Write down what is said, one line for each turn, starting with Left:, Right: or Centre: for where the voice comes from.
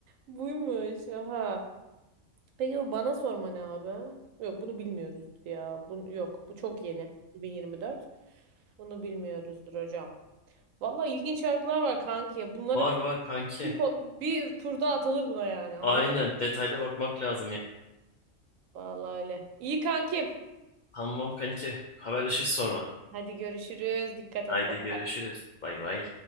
Right: Buymuş. Oha. Peki bu bana sorma ne abi? Yok bunu bilmiyoruzdur ya. Bunu, yok bu çok yeni. 2024. Bunu bilmiyoruzdur hocam. Valla ilginç şarkılar var kanki. Bunları
Left: Var var kanki.
Right: bir, po- bir turda atılır buna yani anladın
Left: Aynen
Right: mı?
Left: detaylı bakmak lazım ya.
Right: Valla öyle. İyi kankim.
Left: Tamam kanki. Haberleşiriz sonra.
Right: Hadi görüşürüz. Dikkat
Left: Haydi
Right: et. Bay.
Left: görüşürüz. Bay bay.